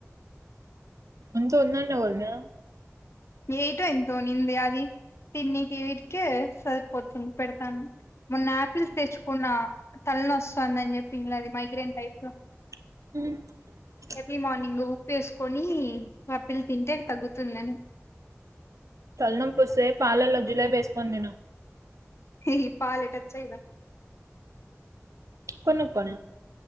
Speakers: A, on the right; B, on the left.
A: ఎంతో ఉందన్నవ్ గదనే
B: నీతో ఎంతోనింది అది తిన్నీకి వీటికే సరిపోతుంది పెడతాం మొన్న ఆయాపిల్స్ తెచ్చుకున్నా తలనొస్తందని చెప్పి ఇల్లాది మైగ్రైన్ టైప్ లో
A: <unintelligible>
B: ఎర్లీ మార్నింగు ఉప్పేసుకొనీ ఆపిల్ తింటే తగ్గుతుందని
A: తల్ నొప్పొస్తే పాలల్ల జిలేబేస్కొన్ దిను
B: <unintelligible>
A: కొను క్కొన్న